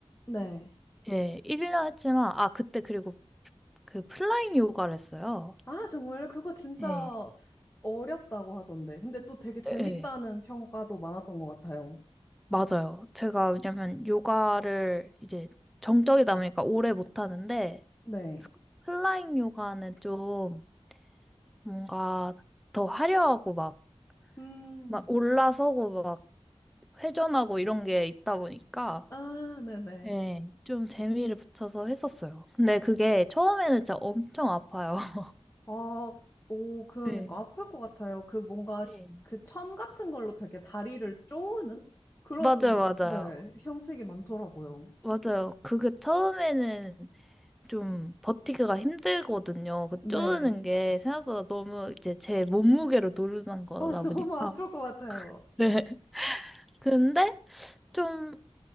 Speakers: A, on the left; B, in the centre.
A: 네.
B: 예, 1년 했지만 아 그때 그리고 그 플라잉 요가를 했어요.
A: 아, 정말요? 그거 진짜
B: 예.
A: 어렵다고 하던데. 근데 또 되게 재밌다는
B: 예.
A: 평가도 많았던 것 같아요.
B: 맞아요. 제가 왜냐면 요가를 이제 정적이다 보니까 오래 못 하는데
A: 네.
B: 플라잉 요가는 좀 뭔가 더 화려하고 막
A: 음,
B: 막 올라서고 회전하고 이런 게 있다 보니까
A: 아, 네네.
B: 네. 좀 재미를 붙여서 했었어요. 근데 그게 처음에는 진짜 엄청 아파요. <laughs>
A: 아, 오, 그러니까
B: 네.
A: 아플 것 같아요. 그 뭔가
B: 네.
A: 그 천 같은 걸로 되게 다리를 쪼는 그런,
B: 맞아요, 맞아요.
A: 네, 형식이 많더라고요.
B: 맞아요. 그게 처음에는 좀 버티기가 힘들거든요. 그
A: 네.
B: 쪼는 게 생각보다 너무 이제 제 몸무게로 누르는 거다
A: 아, <laughs> 너무
B: 보니까.
A: 아플 것 같아요.
B: 네. <laughs> 근데 좀